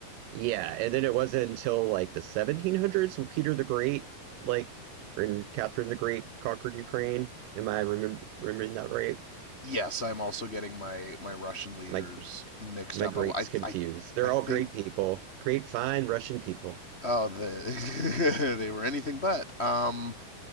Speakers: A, on the right; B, on the left.
A: yeah, and then it wasn't until like the 1700s when Peter the Great, like, and Catherine the Great conquered Ukraine. Am I remember, remembering that right?
B: Yes, I'm also getting my my Russian leaders
A: My
B: mixed
A: my
B: up.
A: greats
B: I I
A: confused.
B: I,
A: They're
B: I think
A: all great people, great fine Russian people.
B: oh the <laughs> they were anything but um